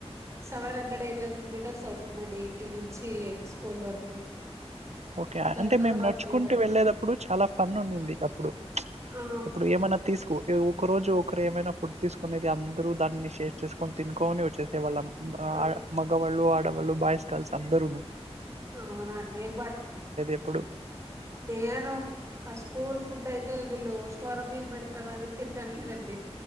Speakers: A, on the right; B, on the right.
A: seven hundred, eight hundred metres అవుతుందండి. ఇంటి నుంచి స్కూల్ వరకు
B: ఓకే
A: దగ్గర
B: అంటే
A: దగ్గర
B: మేము
A: వన్
B: నడుచుకుంటూ
A: కిలోమీటర్
B: వెళ్ళేదప్పుడు చాలా ఫన్ ఉండింది అప్పుడు.
A: ఆ
B: ఇప్పుడు ఏమన్నా తీసుకో ఏవు ఒకరోజు ఒకరు ఏమైనా ఫుడ్ తీసుకునేది. అందరూ దాన్ని షేర్ చేస్ కొని తినుకొని వచ్చేది టే వల్ల మా
A: ఆ,
B: ఆడ్ మగవాళ్ళు, ఆడవాళ్ళు బాయ్స్ గర్ల్స్ అందారును
A: అవునా అండి బట్
B: ఎప్పుడు
A: దేను ఆ స్కూల్ ఫుడ్ అయితే వీళ్ళు త్వర బియ్యం పెడతారని తింటాం లేదండి.